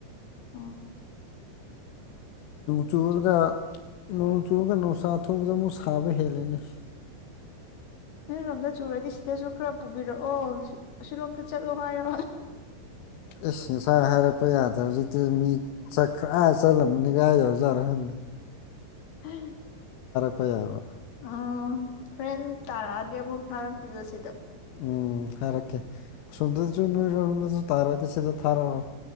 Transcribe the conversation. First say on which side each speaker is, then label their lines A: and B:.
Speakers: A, on the left; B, on the left.
A: ꯑꯥ
B: ꯆꯨꯗꯨꯒ ꯅꯣꯡ ꯆꯨꯨꯔꯒ ꯅꯨꯡꯁꯥ ꯑꯊꯧꯕꯗ ꯑꯃꯨꯛ ꯁꯥꯕ ꯍꯦꯜꯂꯦꯅꯦ
A: ꯅꯣꯏꯔꯣꯝꯗ ꯆꯨꯔꯗꯤ ꯁꯤꯗꯁꯨ ꯈꯔ ꯄꯨꯕꯤꯔꯛꯑꯣ ꯁꯤꯔꯣꯝꯗ ꯆꯠꯂꯣ ꯍꯥꯏꯌꯣ
B: ꯏꯁꯁ ꯉꯥ ꯍꯥꯏꯔꯛꯄ ꯌꯥꯗ꯭ꯔꯦ ꯍꯧꯖꯤꯛꯇꯤ ꯃꯤ ꯆꯠꯈ꯭ꯔ ꯑꯥ ꯆꯠꯂꯝꯕꯅꯤꯒ ꯑꯥꯏꯥ ꯌꯎꯖꯥꯔ ꯍꯟꯦ
A: ꯑ
B: ꯐꯄ ꯌꯥꯕ
A: ꯑ ꯍꯣꯔꯦꯟ ꯇꯥꯔꯛꯑꯗꯤ ꯑꯃꯨꯛ ꯊꯥꯔꯛꯄꯤꯌꯣ ꯁꯤꯗ
B: ꯎꯝ ꯍꯥꯏꯔꯛꯀꯦ ꯑꯁꯣꯝꯗꯁꯨ ꯅꯣꯏꯔꯣꯟꯝꯗꯁꯨ ꯇꯥꯔꯗꯤ ꯁꯤꯗ ꯊꯥꯔꯛꯑꯣ